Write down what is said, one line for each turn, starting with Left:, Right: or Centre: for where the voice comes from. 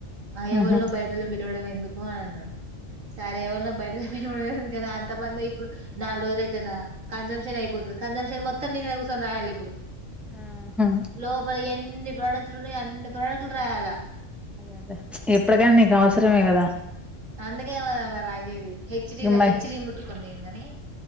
Right: ఆ ఎవరినో
Centre: ఆహా
Right: బయటల్లునీ పిలవడం ఎందుకు అని అన్నాడు సరే ఎవైనా బయట అంత మంది ఇప్పుడు నా రోజుల అయితేనా కన్జప్షన్ అయిపోతుంది కన్సంప్షన్ మొత్తం అత్త న కోసం రాయాలి ఇప్పుడు
Centre: ఆహా
Right: లోపల ఎన్ని ప్రోడక్ట్లున్నాయి అన్ని ప్రోడక్ట్లు రాయాలా
Centre: అదే ఎప్పటికైనా నీకు అవసరమే కదా
Right: అందుకేమ మ రాసేది హెచ్డి
Centre: మరి
Right: హెచ్చడి ముట్టుకొనిను కాని